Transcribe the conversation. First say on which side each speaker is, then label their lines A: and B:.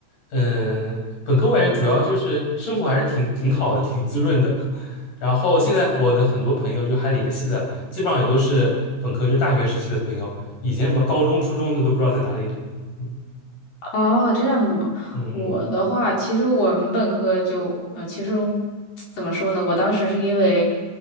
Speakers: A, on the left (about 70°); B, on the left (about 85°).
A: 嗯，本科我感觉主要就是生活还是挺挺好的，挺滋润的。然后现在我的很多朋友就还联系的，基本上也都是本科就大学时期的朋友，以前什么高中、初中的都不知道在哪里了。嗯
B: 哦，这样子吗？
A: 嗯
B: 我的话，其实我们本科就，呃，其实怎么说呢？我当时是因为，